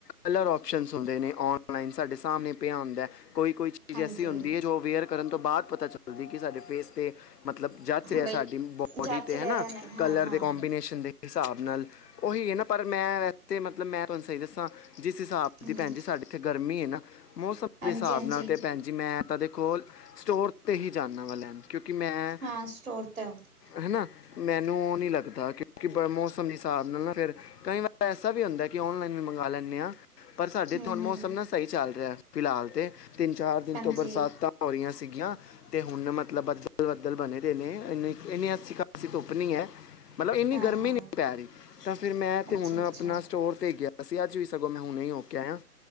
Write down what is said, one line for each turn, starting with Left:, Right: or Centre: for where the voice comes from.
Left: ਕਲਰ ਓਪਸ਼ਨਸ ਹੁੰਦੇ ਨੇ ਔਨਲਾਈਨ ਸਾਡੇ ਸਾਮਨੇ ਪੇਆ ਹੁੰਦੈ ਕੋਈ-ਕੋਈ ਚੀਜ
Right: ਹਾਂਜੀ
Left: ਐਸੀ ਹੁੰਦੀ ਏ ਜੋ ਵੇੇਅਰ ਕਰਨ ਤੋ ਬਾਦ ਪਤਾ ਚੱਲਦੀ ਕਿ ਸਾਡੇ ਫੇਸ ਤੇ ਮਤਲਬ ਜੱਚ ਰਯਾ
Right: ਬਈ
Left: ਸਾਡੀ ਬੋਡੀ
Right: ਜਚ
Left: ਤੇ
Right: ਰਿਹਾ
Left: ਹਨਾ,
Right: ਜਾਂ ਨਹੀਂ ਹਾਂ
Left: ਕਲਰ
Right: ਹਾਂ
Left: ਦੇ ਕੋਬੀਨੇਸ਼ਨ
Right: ਹਾਂ
Left: ਦੇ ਹਿਸਾਬ ਨਾਲ ਓਹੀ ਹੈ ਨਾ ਪਰ ਮੈ ਵੈਸੇ ਮਤਲਬ ਮੈ ਤੁਆਨੂੰ ਸਈ ਦੱਸਾ ਜਿਸ ਹਿਸਾਬ
Right: ਹਮ
Left: ਦੀ ਭੈਣ ਜੀ ਸਾਡੇ ਇੱਥੇ ਗਰਮੀ ਹੈ ਨਾ, ਮੌਸਮ
Right: ਹਾਂਜੀ
Left: ਦੇ ਹਿਸਾਬ
Right: ਹਾਂਜੀ
Left: ਨਾਲ ਤਾ ਭੈਣ ਜੀ ਮੈ ਤਾ ਦੇ ਕੋੋਲ ਸਟੋਰ ਤੇ ਹੀ ਜਾਨਾ ਵਾ ਲੈਨ ਕਿਉਕਿ ਮੈਂ
Right: ਹਾਂ ਸਟੋਰ ਤੋਂ
Left: ਹੈ ਨਾ ਮੈਨੂੰ ਨੀ ਲੱਗਦਾ ਕਿ ਕਿਉਂਕਿ ਮੌਸਮ ਹਿਸਾਬ ਨਾਲ ਨਾ ਫੇਰ ਕਈ ਵਾਰ ਐਸਾ ਵੀ ਹੁੰਦਾ ਕਿ ਔਨਲਾਈਨ ਵੀ ਮੰਗਵਾ ਲੈਨੇ ਆ। ਪਰ ਸਾਡੇ
Right: ਹਮ
Left: ਇੱਥੇ ਹੁਨ
Right: ਹਮ
Left: ਮੌਸਮ ਨਾ ਸਹੀ ਚੱਲ ਰੈਐ, ਫਿਲਹਾਲ ਤੇ, ਤਿੰਨ- ਚਾਰ ਦਿਨ
Right: ਹਾਂਜੀ
Left: ਤੋ ਬਰਸਾਤਾ ਹੋਈਆ ਸੀਗੀਆ, 'ਤੇ ਹੁਨ ਨਾ ਮਤਲਬ ਬੱਦਲ-ਬੱਦਲ ਬੱਦਲ ਬਨੇ ਦੇ ਨੇ, ਏਂਨੀ-ਏੰਨੀ ਅੱਛੀ ਖਾਸੀ ਧੁੱਪ ਨਈਂ ਐ। ਮਤਲਬ ਇੰਨੀ
Right: ਹਾਂ
Left: ਗਰਮੀ
Right: ਹਾਂ
Left: ਨੀ ਪੈ ਰੀ, ਤਾ ਫਿਰ ਮੈ, 'ਤੇ
Right: ਅੱਛਾ
Left: ਹੁਨ
Right: ਅੱਛਾ
Left: ਅਪਨਾ ਸਟੋਰ ਤੇ ਗਿਆ। ਅਸੀ ਅੱਜ ਵੀ ਸਗੋ ਮੈ ਹੁਨੇ ਈ ਹੋ ਕੇ ਆਇਆ,